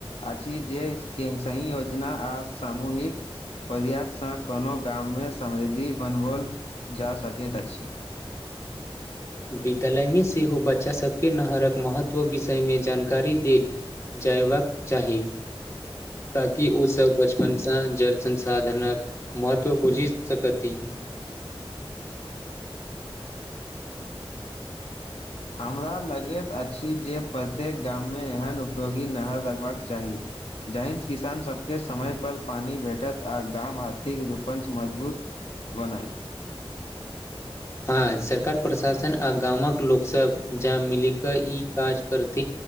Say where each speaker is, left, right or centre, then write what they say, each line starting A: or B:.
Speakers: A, on the left (about 80°); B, on the left (about 30°).
A: अछि जे सही योजना आ सामूहिकऽ प्रयासँ कोनो गाम मे समृद्धि बनओल जा सकैत अछि
B: विद्यालयमे सेहो बच्चा सभके नहरकऽ महत्व विषयमे जानकारी देल जयबाकऽ चाही ताकि ओ सभ बचपनसँ जल संसाधनक महत्व बुझी अछि
A: हमरा लगैत अछि जे प्रत्येक गाम मे एहन उपयोगी नहर लगबाकऽ चाही जहिं किसान सभके समय पर पानी भेटत आ गाम आर्थिक रूपं मजबूत बनाए
B: हँ सरकार प्रशासन आ गाम कऽ लोकसभ जा मिलिक ई काज करथि